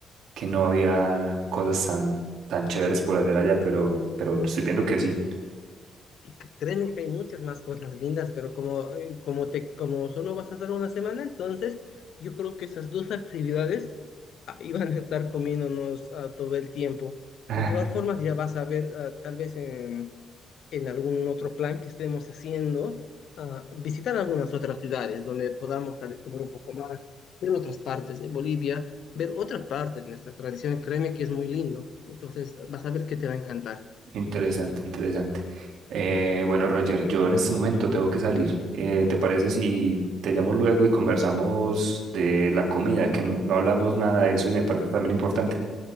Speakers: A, on the right; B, on the left.
A: que no había cosas tan, tan chéveres por hacer allá, pero, pero estoy viendo que sí.
B: Y c- créeme que hay muchas más cosas lindas, pero como, eh, como, te, como solo vas a estar una semana, entonces yo creo que esas dos actividades ah, iban a estar comiéndonos ah, todo el tiempo.
A: <laughs>
B: De todas formas, ya vas a ver, ah, tal vez en, en algún otro plan que estemos haciendo, ah, visitar algunas otras ciudades donde podamos tal vez comer un poco más, ver otras partes de Bolivia, ver otras partes de nuestras tradiciones. Créeme que es muy lindo. Entonces vas a ver que te va a encantar.
A: Interesante, interesante. Eh, bueno, Roger, yo en este momento tengo que salir. Eh, ¿te parece si te llamo luego y conversamos de la comida? Que no, no hablamos nada de eso y me parece también importante.